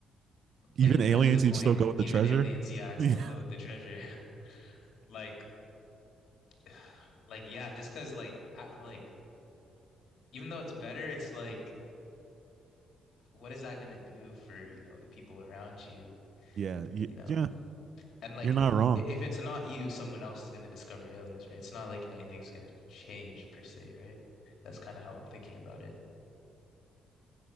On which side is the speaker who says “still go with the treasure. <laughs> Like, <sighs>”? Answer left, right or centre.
Left